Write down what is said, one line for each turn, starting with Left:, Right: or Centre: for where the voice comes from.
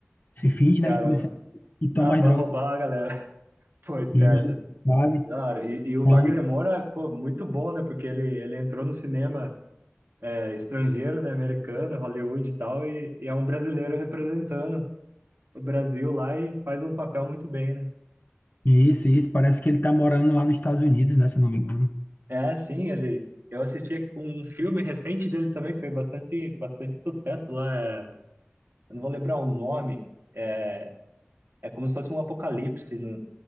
Left: se finge,
Right: caramba.
Left: né, de policiais e toma
Right: Ah, pra
Left: as drogas,
Right: roubar a galera. <laughs> Pô, esperta.
Left: deles, sabe?
Right: Da hora. E, e o
Left: Então,
Right: Wagner Moura, pô, muito bom, né? Porque ele, ele entrou no cinema. é, estrangeiro, né, americano, Hollywood e tal, e, e é um brasileiro representando o Brasil lá e faz um papel muito bem, né?
Left: isso, isso, parece que ele tá morando lá nos Estados Unidos, né, se eu não me engano.
Right: É, sim, ele. Eu assisti um filme recente dele também que foi bastante, bastante sucesso lá. é- eu não vou lembrar o nome. É, é como se fosse um apocalipse, no-